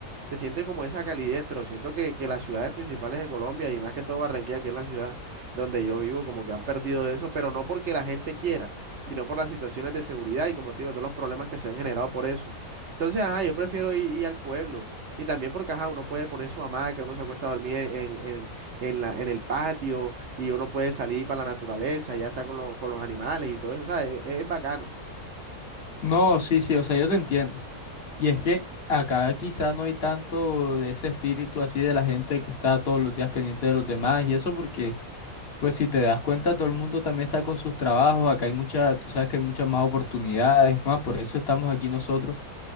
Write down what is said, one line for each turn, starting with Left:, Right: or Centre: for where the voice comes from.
Right: se siente como esa calidez, pero siento que, que las ciudades principales de Colombia y más que todo Barranquilla, que es la ciudad donde yo vivo, como que han perdido eso, pero no porque la gente quiera, sino por las situaciones de seguridad y como te digo, todos los problemas que se han generado por eso. Entonces, ajá, yo prefiero ir, ir al pueblo y también porque, ajá, uno puede poner su hamaca, uno se acuesta a dormir en, en, en la, en el patio y uno puede salir para la naturaleza, ya está con, lo- con los animales y todo eso, o sea, es es bacano.
Left: No, sí, sí, o sea, yo te entiendo. Y es que acá quizá no hay tanto de ese espíritu así de la gente que está todos los días pendiente de los demás y eso porque Pues si te das cuenta, todo el mundo también está con sus trabajos, acá hay muchas, tú sabes que hay muchas más oportunidades, más, por eso estamos aquí nosotros,